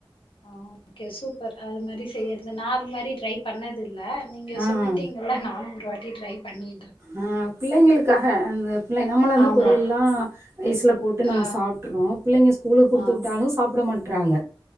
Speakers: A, on the left; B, on the right.
A: ஆ ஓகே சூப்பர் அது மாரி செய்யறது நா அது மாரி ட்ரை பண்ணதில்ல நீங்க
B: ஆ
A: சொல்லிட்டீங்கல்ல நானு ஒருவாட்டி ட்ரை பண்ணி
B: ஆ பிள்ளைங்களுக்காக அந்த பிள்ளை நம்மளாந்தா
A: ஆமா
B: பொரியல்லா ரைஸ்ல போட்டு நம்ம
A: ஆ
B: சாப்ட்டுறோ பிள்ளைங்க ஸ்கூலுக்கு குடுத்துவுட்டாலு
A: ஆ
B: சாப்பட மாட்டறாங்க